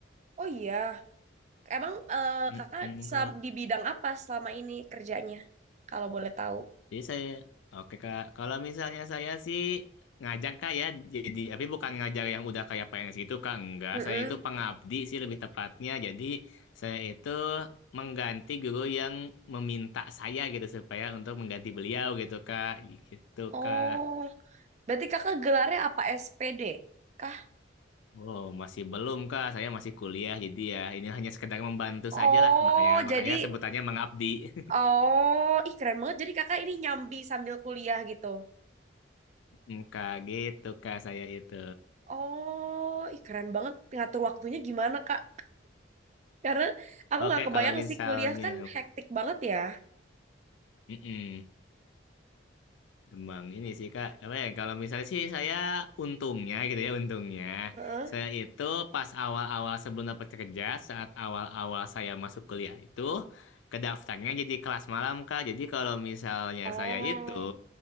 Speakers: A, on the right; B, on the left.
A: Oh iya, emang eh,
B: Mm-mm,
A: Kakak sa-
B: kak.
A: di bidang apa selama ini kerjanya kalau boleh tahu?
B: Jadi saya, oke Kak, kalau misalnya saya sih ngajak Kak ya, jadi, tapi bukan ngajar yang udah kayak PNS gitu Kak, enggak.
A: Mm-mm.
B: Saya itu pengabdi sih lebih tepatnya, jadi saya itu mengganti guru yang meminta saya gitu, supaya untuk mengganti beliau gitu Kak, gitu
A: Oh,
B: Kak.
A: berarti Kakak gelarnya apa SPD kah?
B: Oh, masih belum Kak, saya masih kuliah, jadi ya ini hanya sekedar membantu
A: Oh,
B: saja lah, makanya,
A: jadi
B: makanya sebutannya mengabdi. <laughs>
A: oh, ih keren banget. Jadi Kakak ini nyambi sambil kuliah gitu.
B: Mm, Kak, gitu Kak, saya itu.
A: Oh, ih keren banget ngatur waktunya gimana Kak? Karena aku
B: Oke,
A: nggak kebayang
B: kalau misalnya...
A: sih kuliah kan hektik banget ya.
B: Mm-mm. Emang ini sih Kak, apa ya kalau misalnya sih saya untungnya gitu ya untungnya
A: Heeh.
B: saya itu pas awal-awal sebelum dapat kerja saat awal-awal saya masuk kuliah itu kedaftarnya jadi kelas malam Kak. Jadi kalau misalnya
A: Oh.
B: saya itu